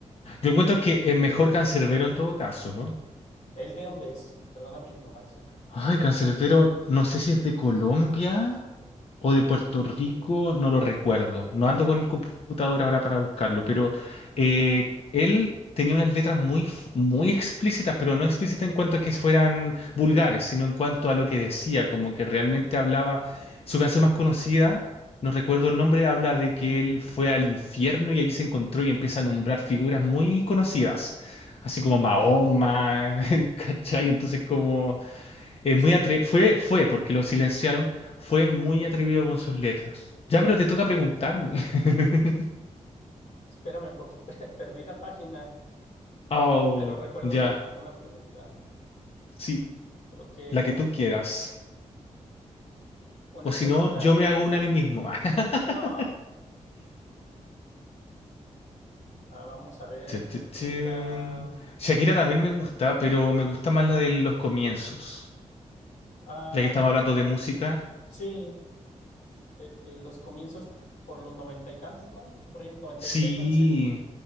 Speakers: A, on the left; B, on the left.
A: Yo encuentro que es mejor Cancerbero en todo caso, ¿no?
B: ¿Él de dónde es? Perdona mi ignorancia.
A: Ay, Cancerbero, no sé si es de Colombia
B: Eh,
A: o de Puerto Rico, no lo recuerdo. No ando con el computador ahora para buscarlo, pero eh, él tenía unas letras muy, f- muy explícitas, pero no explícitas en cuanto a que fueran vulgares, sino en cuanto a lo que decía, como que realmente hablaba. Su canción más conocida, no recuerdo el nombre, habla de que él fue al infierno y allí se encontró y empieza a nombrar figuras muy conocidas, así como Mahoma, <laughs> ¿cachai? Entonces como... Es
B: Sí,
A: muy atre- fue, fue, porque lo silenciaron, fue muy atrevido con sus letras. Ya, pero te toca preguntarme. <laughs>
B: espérame porque <laughs> per- perdí la página,
A: Oh,
B: pero recuerdo
A: ya.
B: una, una pregunta,
A: Sí,
B: creo que
A: la que tú quieras.
B: una
A: O si
B: pregunta,
A: no, yo me hago una a mí mismo. <laughs>
B: que- no. Ah, vamos a ver,
A: Tu, tu,
B: una pregunta.
A: tu. Shakira también me gusta, pero me gusta más la de los comienzos.
B: Ah,
A: Ya que estamos hablando de música.
B: sí, de, de los comienzos t- por los noventa y tantos, ¿no? Por ahí, 96,
A: Sí,
B: 97.